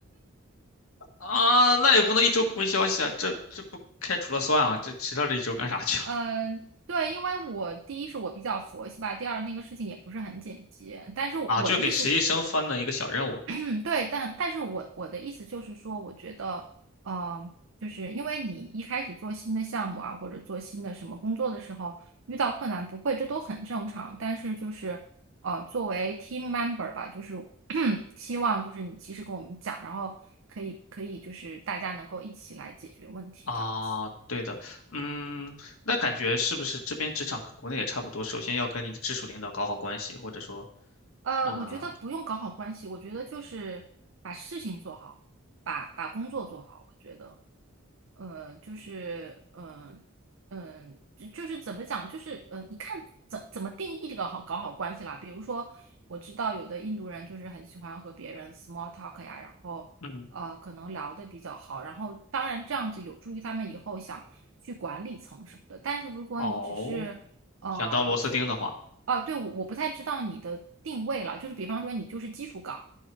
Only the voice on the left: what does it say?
啊，那也不能一周不回消息啊，这这不开除了算了，这迟到这一周干啥去了
啊？就给实习生分了一个小任务
啊，对的，嗯，那感觉是不是这边职场跟国内也差不多？首先要跟你的直属领导搞好关系，或者说，
嗯、
嗯，
哦，想当螺丝钉的话，